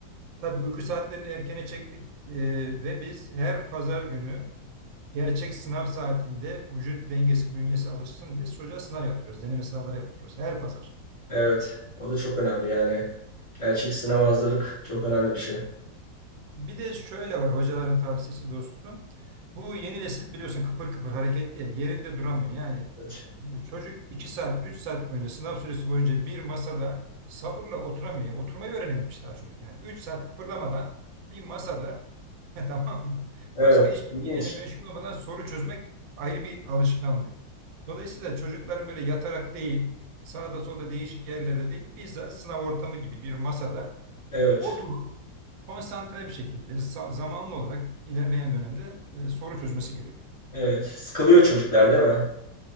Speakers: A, on the right; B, on the left.
A: Tabii uyku saatlerini erkene çektik e, ve biz her pazar günü gerçek sınav saatinde vücut dengesi bünyesi alışsın diye çocuğa sınav yaptırıyoruz. Deneme sınavları yaptırıyoruz. Her pazar.
B: Evet. O da çok önemli yani. Gerçek sınava hazırlık çok önemli bir şey.
A: Bir de şöyle var hocaların tavsiyesi dostum. Bu yeni nesil biliyorsun kıpır kıpır hareketli ya yerinde duramıyor. Yani
B: Evet.
A: bir çocuk 2 saat 3 saat boyunca sınav süresi boyunca bir masada sabırla oturamıyor. Yani Oturmayı öğrenememiş daha çocuk yani. üç saat kıpırdamadan bir masada <laughs> tamam mı?
B: Evet.
A: Başka hiçbir
B: İlginç.
A: şeyle meşgul olmadan soru çözmek ayrı bir alışkanlık. Dolayısıyla çocukların böyle yatarak değil sağda solda değişik yerlerde değil bizzat sınav ortamı gibi bir masada
B: Evet.
A: oturup konsantre bir şekilde za- zamanlı olarak ilerleyen dönemde e, soru çözmesi gerekiyor.
B: Evet. Sıkılıyor çocuklar değil mi?